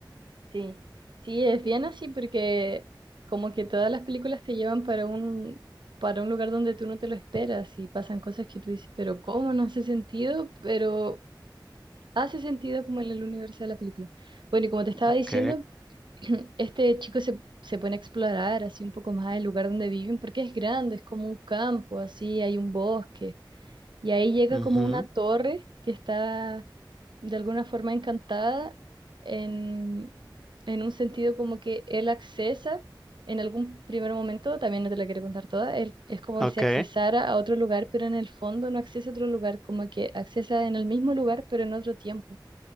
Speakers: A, on the right; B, in the centre.
A: Sí, sí, es bien así porque como que todas las películas te llevan para un, para un lugar donde tú no te lo esperas y pasan cosas que tú dices, pero ¿cómo? No hace sentido, pero hace sentido como en el universo de la película. Bueno, y como te estaba
B: Ok.
A: diciendo, <clears throat> Este chico se, se pone a explorar así un poco más el lugar donde viven, porque es grande, es como un campo, así hay un bosque, y ahí llega
B: ujú,
A: como una torre que está de alguna forma encantada en, en un sentido como que él accesa en algún primer momento, también no te la quiero contar toda, él, es como
B: Ok.
A: si accesara a otro lugar, pero en el fondo no accesa a otro lugar, como que accesa en el mismo lugar, pero en otro tiempo.